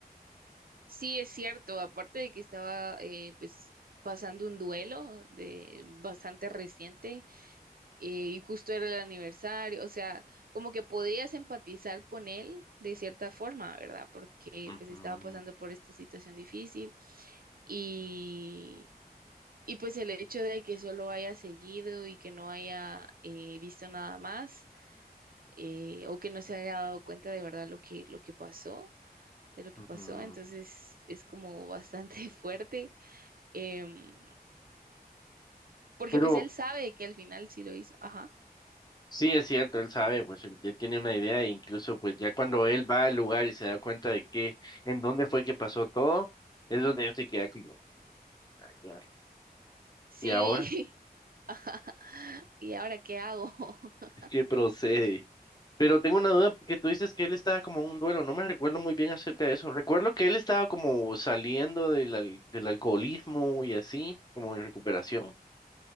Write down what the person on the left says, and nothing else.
Ujú,
ujú.
Pero
Sí, es cierto, él sabe, pues él ya tiene una idea e incluso pues ya cuando él va al lugar y se da cuenta de que en dónde fue que pasó todo, es donde él se queda como, "Ay, ay,
¿y ahora
qué procede? Pero tengo una duda porque tú dices que él estaba como en un duelo, no me recuerdo muy bien acerca de eso. Recuerdo que él estaba como saliendo del, al- del alcoholismo y así, como en recuperación.